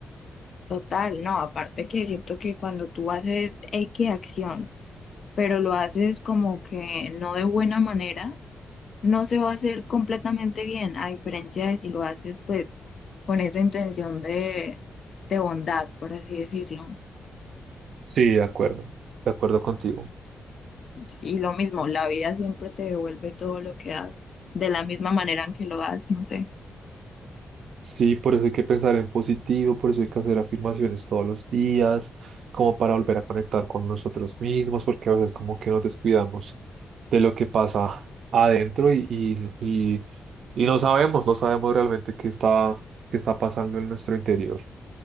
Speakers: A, on the left; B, on the right.
A: Total, no, aparte que siento que cuando tú haces X acción, pero lo haces como que no de buena manera, no se va a hacer completamente bien, a diferencia de si lo haces pues con esa intención de, de bondad, por así decirlo.
B: Sí, de acuerdo, de acuerdo contigo.
A: Sí, lo mismo, la vida siempre te devuelve todo lo que das, de la misma manera en que lo das, no sé.
B: Sí, por eso hay que pensar en positivo, por eso hay que hacer afirmaciones todos los días, como para volver a conectar con nosotros mismos, porque a veces como que nos descuidamos de lo que pasa adentro y, y, y, y no sabemos, no sabemos realmente qué está, qué está pasando en nuestro interior.